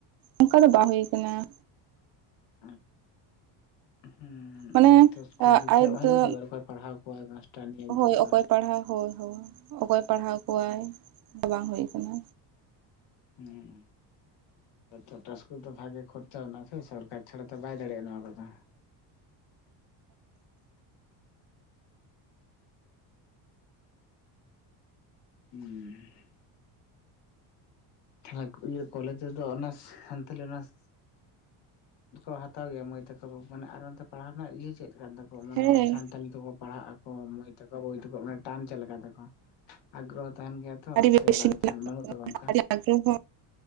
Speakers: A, on the right; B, on the left.
A: ᱚᱱᱠᱟ ᱫᱚ ᱵᱟᱝ ᱦᱩᱭ ᱠᱟᱱᱟ ᱾
B: ᱟᱨ ᱩᱸ ᱦᱮᱸ
A: ᱢᱟᱱᱮ
B: ᱮᱵᱟᱨ ᱛᱚ ᱤᱥᱠᱩᱞ ᱡᱩᱫ
A: ᱟᱫᱚ
B: ᱨᱮᱭᱟᱜ ᱵᱟᱝ ᱦᱩᱭᱩᱜ ᱟᱨ ᱯᱟᱲᱦᱟᱣ ᱠᱚᱣᱟ ᱢᱟᱥᱴᱟᱨ ᱱᱤᱭ ᱠᱚ
A: ᱦᱳᱭ
B: ᱫᱚᱨᱠᱟᱨ᱾
A: ᱚᱠᱚᱭ ᱯᱟᱲᱦᱟᱣ ᱦᱳᱭ ᱦᱳᱭ ᱚᱠᱚᱭ ᱯᱟᱲᱦᱟᱣ ᱠᱚᱣᱟᱭ ᱵᱟᱝ ᱦᱩᱭ ᱟᱠᱟᱱᱟ᱾
B: ᱦᱩᱸ᱾ ᱴᱚᱴᱟ ᱥᱠᱩᱞ ᱫᱚ ᱵᱷᱟᱜᱮ ᱠᱷᱚᱨᱪᱟ ᱢᱮᱱᱟᱜᱼᱟ ᱥᱮ ᱥᱚᱨᱠᱟᱨ ᱪᱷᱟᱲᱟ ᱛᱚ ᱵᱟᱭ ᱫᱟᱲᱮᱭᱟᱜᱼᱟ᱾ ᱱᱚᱣᱟ ᱠᱚᱫᱚ ᱦᱩᱸ᱾ ᱛᱟᱦᱮ ᱤᱭᱟᱹ ᱠᱚᱞᱮᱡᱽ ᱨᱮᱫᱚ ᱚᱱᱟ ᱥᱟᱱᱛᱟᱲᱤ ᱚᱱᱟᱥ ᱠᱚ ᱦᱟᱛᱟᱣ ᱜᱮᱭᱟ, ᱢᱟᱹᱭ ᱛᱟᱠᱚ ᱢᱟᱱᱮ ᱟᱨ ᱚᱱᱛᱮ ᱯᱟᱲᱦᱟᱣ ᱨᱮᱱᱟᱜ ᱤᱭᱟᱹ ᱪᱮᱫ ᱠᱟᱱ ᱛᱟᱠᱚᱣᱟ ᱢᱟᱱᱮ
A: ᱦᱮᱸ
B: ᱥᱟᱱᱛᱟᱞᱤ ᱛᱮᱠᱚ ᱯᱟᱲᱦᱟᱜ ᱟᱠᱚ ᱢᱟᱹᱭ ᱛᱟᱠᱚ, ᱵᱟᱵᱩ ᱛᱟᱠᱚ ᱢᱟᱱᱮ ᱴᱟᱱ ᱪᱮᱫ ᱞᱮᱠᱟ ᱛᱟᱠᱚ᱾ ᱟᱜᱽᱨᱚᱦᱚ ᱛᱟᱦᱮᱱ ᱜᱮᱭᱟ ᱛᱚ
A: ᱟᱹᱰᱤ ᱵᱮᱥᱤ
B: ᱥᱮ ᱵᱟᱝ ᱛᱟᱦᱮᱱ ᱵᱟᱹᱱᱩᱜ ᱛᱟᱠᱚᱣᱟ᱾ ᱚᱱᱠᱟ?
A: ᱟᱹᱰᱤ ᱟᱜᱽᱨᱚᱦᱚ